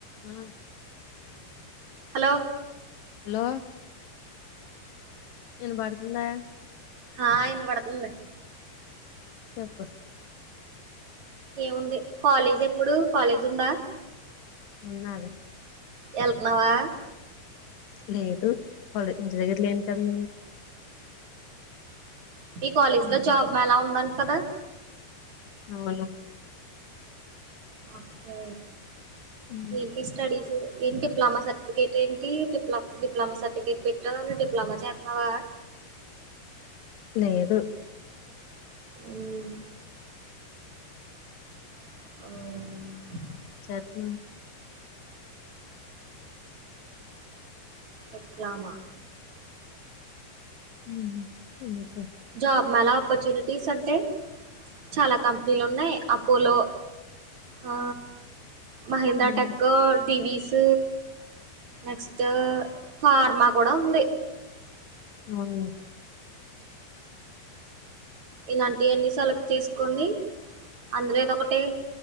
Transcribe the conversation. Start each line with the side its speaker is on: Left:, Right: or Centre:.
Left: ఆ
Right: hello
Left: hello ఇనబర్తుందా
Right: హా ఇన్న పడుతంది
Left: చెప్పు
Right: ఏముంది కాలేజ్ ఎప్పుడు కాలేజ్ ఉందా
Left: ఉన్నాది
Right: ఏళ్తున్నావా
Left: లేదు వాళ్ ఇంటి దగ్గరలోని కన్
Right: మీ కాలేజీ
Left: హ్మ్.
Right: లో జాబ్ మేళ ఉందంట కదా
Left: అవులు
Right: ఓకే
Left: హ్మ్.
Right: ఏంటి స్టడీసు ఏంటి డిప్లమా సర్టిఫికేట్ ఏంటి డిప్లమ డిప్లమా సర్టిఫికేట్ పెట్టి డిప్లమా చేస్తున్నావా
Left: లేదు
Right: మ్మ్ అవునా
Left: చేతున్
Right: డిప్లమా
Left: హుమ్
Right: జాబ్ మేళా ఆపర్చునిటీస్ అంటే చాలా కంపెనీలు ఉన్నాయి అపోలో ఆ మహేంద్ర
Left: ఉమ్
Right: టెక్, డివిస్ నెక్స్ట్ ఫార్మా కుడా ఉంది
Left: ఉమ్
Right: ఇలాంటి అన్ని సెలెక్ట్ చేసుకుని అందులో ఏదో ఒకటి